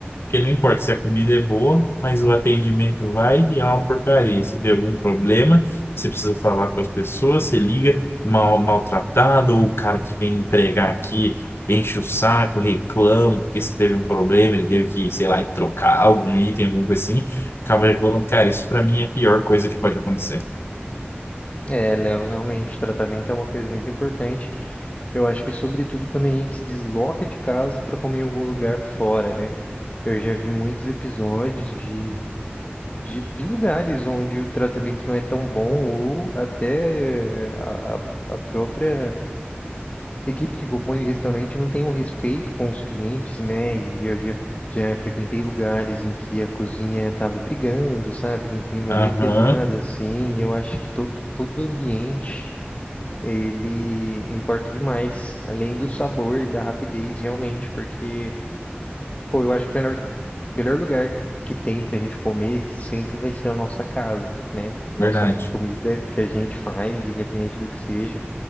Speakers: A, on the left; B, on the left.
A: Porque não importa se a comida é boa, mas o atendimento vai e é uma porcaria. Se tem algum problema, você precisa falar com as pessoas, você liga mal, maltratado, ou o cara que vem entregar aqui enche o saco, reclama, porque você teve um problema, ele teve que, sei lá, trocar algum item, alguma coisa assim, acaba reclamando. Cara, isso pra mim é a pior coisa que pode acontecer.
B: É, Léo, realmente tratamento é uma coisa muito importante. Eu acho que sobretudo quando a gente se desloca de casa para comer em algum lugar fora, né? Eu já vi muitos episódios de de, de lugares onde o tratamento não é tão bom ou até a, a a própria equipe que compõe o restaurante não tem um respeito com os clientes, né? E eu já, já frequentei lugares em que a cozinha estava brigando, sabe? Num clima
A: Aham,
B: bem pesado, assim. Eu acho que todo, todo ambiente... Ele importa demais, além do sabor e da rapidez, realmente, porque Pô, eu acho que o melhor, que, melhor lugar que tem pra gente comer sempre vai ser a nossa casa, né? A Nossa
A: verdade.
B: comida que a gente faz, independente do que seja,